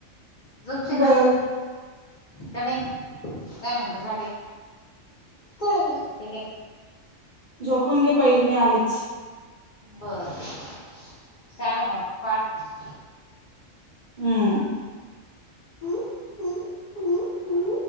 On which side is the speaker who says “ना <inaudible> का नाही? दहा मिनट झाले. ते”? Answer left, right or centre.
Left